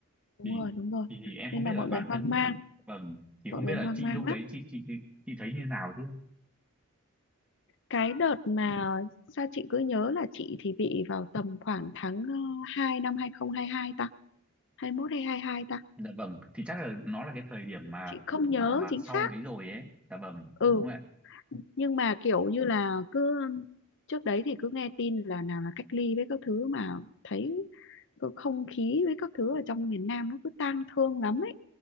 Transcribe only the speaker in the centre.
thì
thì, thì em
không biết
là
bản
thân
vâng thì
không
biết là
chị
lúc
đấy chị chị chị, chị thấy như nào chứ
dạ vâng thì chắc là nó là cái thời điểm mà
mà, mà
sau
đấy rồi ấy dạ vâng
đúng rồi ạ